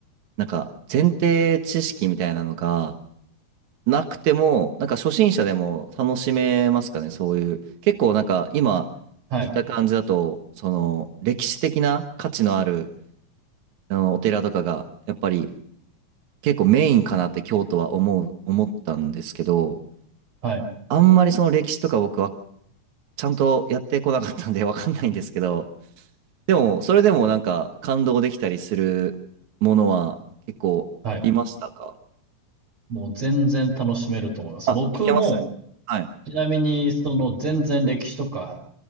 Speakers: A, on the right; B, on the right.
A: なんか、前提知識みたいなのがなくても、なんか初心者でも楽しめますかね、そういう。結構なんか、今、
B: はい。
A: 聞いた感じだと、その、歴史的な価値のある、あの、お寺とかが、やっぱり、結構メインかなって京都は思う、思ったんですけど、
B: はい。
A: あんまりその歴史とか僕はちゃんとやってこなかったんで <laughs> わかんないんですけど、でも、それでもなんか感動できたりするものは結構ありましたか
B: はい。もう全然楽しめると思います。
A: あ、
B: 僕も、
A: いけますはい。
B: ちなみに、その全然歴史とか、